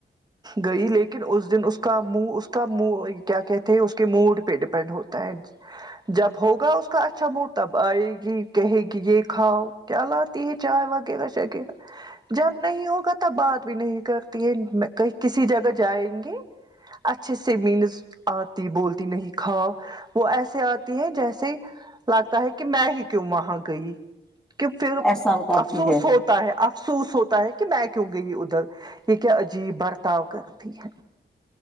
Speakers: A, on the right; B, in the centre.
A: گئی لیکن اس دن اس کا منہ اس کا منہ کیا کہتے ہیں اس کے موڈ پہ ڈیپینڈ ہوتا ہے جب ہوگا اس کا اچھا موڈ تب آئے گی کہے گی یہ کھاؤ کیا ال ت چائے وغیرہ وغیرہ جب نہیں ہوگا تب بات بھی نہیں کرتی ہے کہ کسی جگہ جائیں گی اچھے سے مینز آتی بولتی نہیں ہی کھا وہ ایسے آتی ہے جیسے لگتا ہے کہ میں ہی کیوں وہاں گئی کہ پھر
B: احسان کرتی
A: افسوس
B: ہے
A: ہوتا ہے افسوس ہوتا ہے کہ میں کیوں گئی ادھر یہ کیا عجیب برتاؤ کرتی ہے